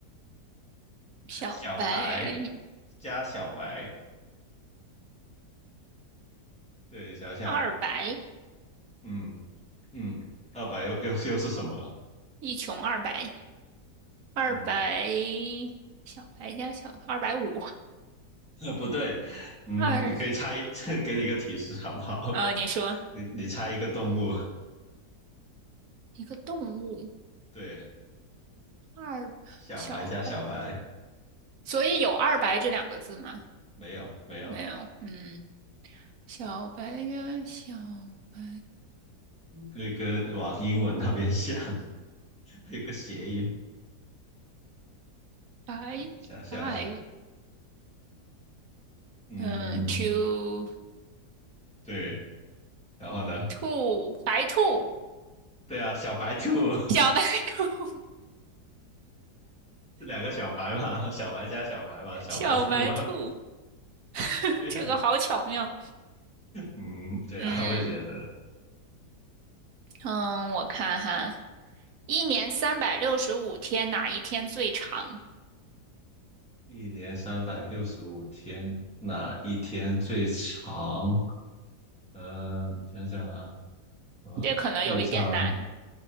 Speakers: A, on the right; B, in the centre.
A: 小白、
B: 小白加小白，对，想想，
A: 二白、
B: 嗯嗯，二白又又又是什么？
A: 一穷二白。二百
B: 嗯，
A: 小白加小二百五
B: <laughs> 不对，嗯，
A: 二，
B: 你可以猜，<laughs> 给你一个提示好不好？<laughs>
A: 啊，你说
B: 你你猜一个动物，
A: 一个动物
B: 对。
A: 二小白，
B: 小白加小白，
A: 所以有二白这两个字吗？
B: 没有没有，
A: 没有，嗯，小白加小白
B: 可以跟往英文那边想，<laughs> 有个谐音，
A: 白白，
B: 想想，嗯，
A: 嗯，two
B: 对，然后呢？
A: 兔白兔
B: 对啊，小白兔，
A: 小白兔 <laughs>
B: <laughs> 两个小白嘛，小白加小白嘛，小白兔嘛，
A: 小白兔，<laughs>
B: <laughs> 对啊，
A: 这个好巧妙，
B: 嗯，对啊，
A: 嗯
B: 我也觉得，
A: 嗯，我看哈，一年三百六十五天哪一天最长？
B: 一年三百六十五天，哪一天最长？呃，想想啊，什么最长？
A: 这可能有一点难。